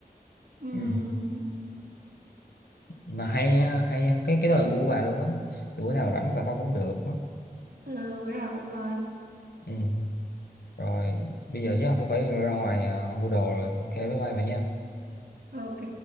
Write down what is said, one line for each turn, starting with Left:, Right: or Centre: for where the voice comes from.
Right: Ừ.
Left: ừ. mà hay á, hay á. cái cái đó là gu của bà luôn á thì bữa nào rảnh bà coi cũng được á.
Right: Ừ. Ừ, Bữa nào tôi coi.
Left: ừ. rồi bây giờ chắc là tôi phải ra ngoài ờ, mua đồ rồi ok bye bye bà nha
Right: Ok.